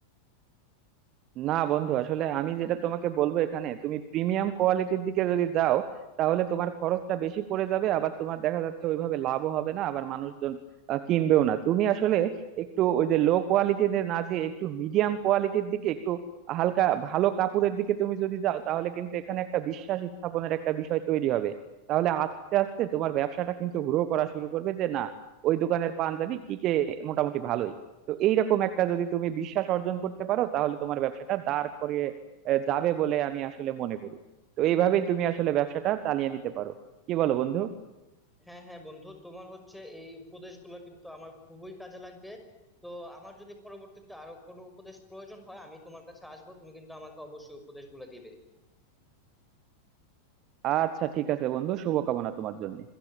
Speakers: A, on the right; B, in the centre.
A: না বন্ধু আসলে আমি যেটা তোমাকে বলবো এখানে তুমি প্রিমিয়াম কোয়ালিটির দিকে যদি যাও তাহলে তোমার খরচটা বেশি পড়ে যাবে আবার তোমার দেখা যাচ্ছে ওইভাবে লাভও হবে না আবার মানুষজন আহ, কিনবেও না তুমি আসলে একটু ওই যে লো কোয়ালিটির না যে একটু মিডিয়াম কোয়ালিটির দিকে একটু হালকা ভালো কাপড়ের দিকে তুমি যদি যাও তাহলে কিন্তু এখানে একটা বিশ্বাস স্থাপনের একটা বিষয় তৈরি হবে তাহলে আস্তে আস্তে তোমার ব্যবসাটা কিন্তু গ্রো করা শুরু করবে যে না ওই দোকানের পাঞ্জাবি টিকে মোটামুটি ভালোই তো এইরকম একটা যদি তুমি বিশ্বাস অর্জন করতে পারো তাহলে তোমার ব্যবসাটা দাঁড় করিয়ে আহ, যাবে বলে আমি আসলে মনে করি তো এইভাবেই তুমি আসলে ব্যবসাটা চালিয়ে নিতে পারো কি বলো বন্ধু
B: হ্যাঁ হ্যাঁ বন্ধু তোমার হচ্ছে এই উপদেশগুলো কিন্তু আমার খুবই কাজে লাগবে তো আমার যদি পরবর্তীতে আরো কোনো উপদেশ প্রয়োজন হয় আমি তোমার কাছে আসবো তুমি কিন্তু আমাকে অবশ্যই উপদেশগুলো দিবে
A: আচ্ছা ঠিক আছে বন্ধু শুভকামনা তোমার জন্য